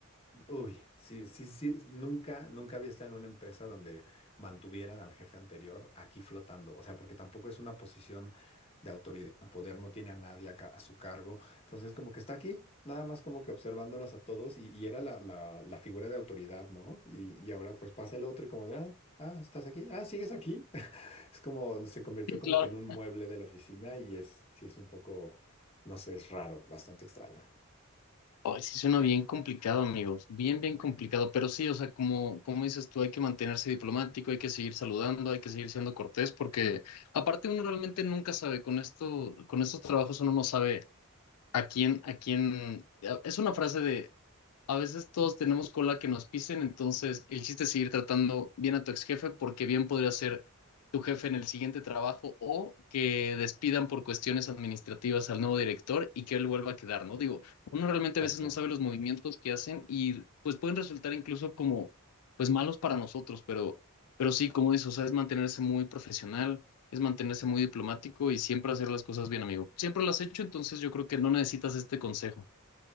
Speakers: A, on the left; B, on the left.
A: Uy, sí, sí, sí, nunca, nunca había estado en una empresa donde mantuvieran al jefe anterior aquí flotando, o sea, porque tampoco es una posición de autoridad, poder, no tiene a nadie acá a su cargo, entonces como que está aquí, nada más como que observándonos a todos y, y era la, la, la figura de autoridad, ¿no? Y, y ahora pues pasa el otro y como de, ah, ah, estás aquí, ah, sigues aquí, <laughs> es como, se convirtió
B: Sí,
A: como
B: claro.
A: que en un mueble de la oficina y es, sí es un poco, no sé, es raro, bastante extraño.
B: Ay, sí suena bien complicado, amigos. Bien, bien complicado. Pero sí, o sea, como, como dices tú, hay que mantenerse diplomático, hay que seguir saludando, hay que seguir siendo cortés, porque aparte uno realmente nunca sabe, con esto, con estos trabajos uno no sabe a quién, a quién. Es una frase de a veces todos tenemos cola que nos pisen, entonces el chiste es seguir tratando bien a tu ex jefe porque bien podría ser tu jefe en el siguiente trabajo o que despidan por cuestiones administrativas al nuevo director y que él vuelva a quedar, ¿no? Digo, uno realmente
A: Exacto.
B: a veces no sabe los movimientos que hacen y pues pueden resultar incluso como pues malos para nosotros, pero, pero sí, como dices, o sea, es mantenerse muy profesional, es mantenerse muy diplomático y siempre hacer las cosas bien, amigo. Siempre las has hecho, entonces yo creo que no necesitas este consejo.